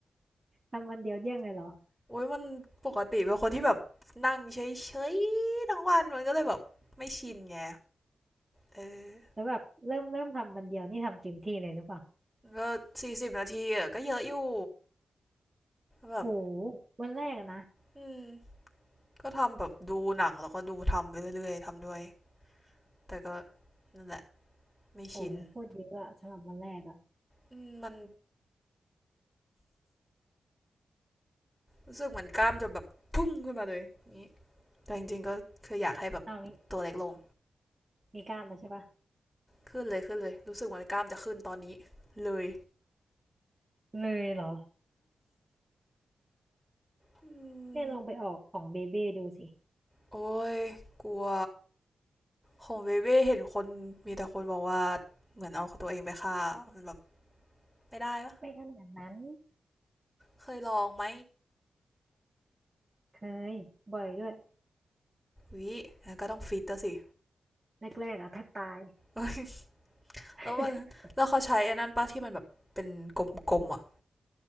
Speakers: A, on the right; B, in the centre.
A: ทำวันเดียวเดี้ยงเลยเหรอ
B: โอ้ยมันปกติเป็นคนที่แบบนั่งเฉยๆทั้งวันมันก็เลยแบบไม่ชินไงเออ
A: แล้วแบบเริ่มเริ่มทำวันเดียวนี่ทำเต็มที่เลยหรือเปล่า
B: ก็สี่สิบนาทีอะก็เยอะอยู่แบบ
A: โหวันแรกอะนะ
B: อืมก็ทำแบบดูหนังแล้วก็ดูทำไปเรื่อยๆทำด้วยแต่ก็นั่นแหละไม่ชิน
A: โอ้มันพูดเยอะอะสำหรับวันแรกอะ
B: มมันรู้สึกเหมือนกล้ามจะแบบพุ่งขึ้นมาเลยอย่างนี้แต่จริงๆก็คืออยากให้แบบตัวเล็กลง
A: อ้าวมีมีกล้ามมาใช่ปะ
B: ขึ้นเลยขึ้นเลยรู้สึกเหมือนกล้ามจะขึ้นตอนนี้เลย
A: เลยเหรอ
B: ม
A: เนี่ยลองไปออกของเบเบ้ดูสิ
B: โอ้ยกลัวของเวเว่เห็นคนมีแต่คนบอกว่าเหมือนเอาตัวเองไปฆ่ามันแบบไม่ได้ปะ
A: ไม่ขนาดนั้น
B: เคยลองไหม
A: เคยบ่อยด้วย
B: วิงั้นก็ต้องฟิตแสิ
A: แรกๆอะถ้าตาย
B: ้ <laughs>
A: <laughs>
B: แล้วมันแล้วเขาใช้ไอ้นั่นป้าที่มันแบบเป็นกลมๆอ่ะ